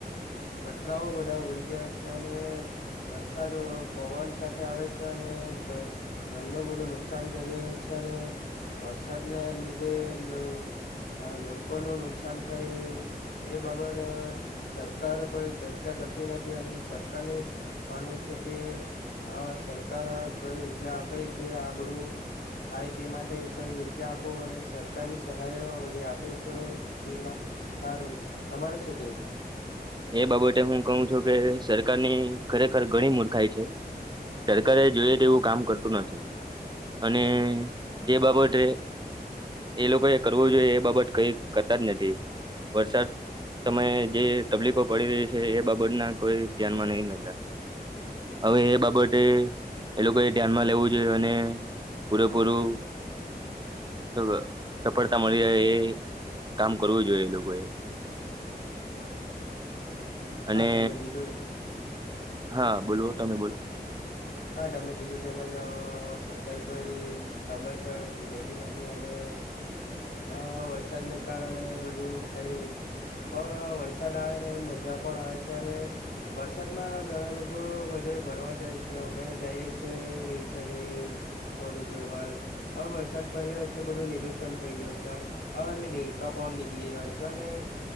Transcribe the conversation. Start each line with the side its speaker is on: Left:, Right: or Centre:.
Left: પટરાઓ બધા ઉળી ગયા છે અને વરસાદઓ પવન સાથે આવે છે અને ગા ઘરનું બધું નુકસાન કરે છે અને વરસાદના લીધે લો હા લોકો નો નુકસાન થઈ એ બાબત સા સરકાર કોઈ ચર્ચા કરતી નથી અને સરકાર ને જ માનવું છે કે આ સરકાર કઈ યોજના આપે કે આ બધું થાય તે માટે કઈ યોજના આપો અને સરકારની સહાયો વળી આપે તો તેમાં સારું તમારે શું કેવું.
Right: એ બાબતે હું કહું છું કે સરકારની ખરેખર ઘણી મૂર્ખાઈ છે. સરકારે જોઈએ તેવું કામ કરતું નથી. અને જે બાબતે એ લોકોએ કરવું જોઈએ એ બાબત કઈ કરતા જ નથી. વરસાદ સમયે જે તકલીફો પડી રહી છે એ બાબત ના કોઈ ધ્યાનમાં નહી <unintelligible> હવે એ બાબતે એ લોકોએ ધ્યાનમાં લેવું જોઈ અને પૂરેપૂર સફ સફળતા મળી રહે એ કામ કરવું જોઈએ એ લોકોએ.
Left: હા
Right: અને
Left: તમે કીધું
Right: હા બોલો તમે બોલો.
Left: હા તમે કીધું તેમજ સરકાર કોઈ ખબર લેતી નથી અને આ વરસાદને કારણે બધું થઈ રહ્યું છે. પણ વરસાદ આવે ને મજા પણ આવે છે અને વરસાદ માં ઘણા લોકો બધે ફરવા જાય છે. તે અમે જઈએ છીએ વિલ્સન હિલ મોડી ગરવાલ હવે વરસાદ પડી રહ્યો છે બધું લીલું છમ થઈ ગય છે હાલ. હવે ને દેડકા પણ નીકળી ગયા છે અને